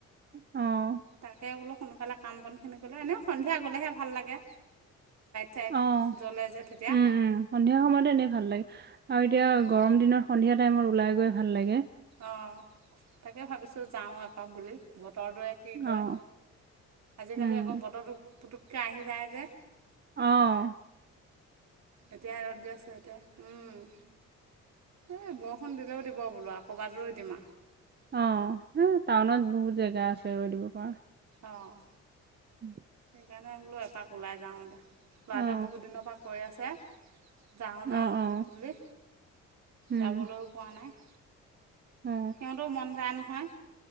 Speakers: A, on the right; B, on the right.
A: অ',
B: তাকে বোলো সোনকালে কাম বনখিনি গ'লে এনেও সন্ধিয়া গ'লেহে ভাল লাগে। ঠেক
A: অ',
B: জ্বলে যে। তেতিয়া
A: উম উম সন্ধিয়া সময়ত এনেই ভাল লাগে আৰু এতিয়া
B: অঁ
A: গৰম দনৰত সন্ধিয়া টাইমত ওলাই গ গৈ ভাল লাগে।
B: অ তাকে ভাবিছো যাওঁ এপাক বুলি ব বতৰ টোৱে কি কয়
A: অ',
B: আজিকালি
A: উম,
B: আকৌ বতৰটো পুতুককৈ আহি যায় যে।
A: আহ।
B: এতিয়াই ৰ'দ দি আছে এতিয়া উম। এই বৰষুণ দিলও দিব বোলো আৰু ক'ৰবাত ৰৈ দিম আৰু।
A: অ হ টাউনত বহুত জেগা আছে ৰৈ দিব পৰা।
B: অঁ
A: <unintelligible>
B: সেইকাৰণে বোলো এপাক ওলাই যাওঁ এতিয়া ল'ৰাটোৱে
A: অ
B: বহুত দিনৰ পৰা কয় আছে। যাওঁ যাওঁ
A: অ অ
B: বুলি
A: উম
B: যাবলৈও পোৱা নাই।
A: অ
B: সিহঁতেও মন যায় নহয়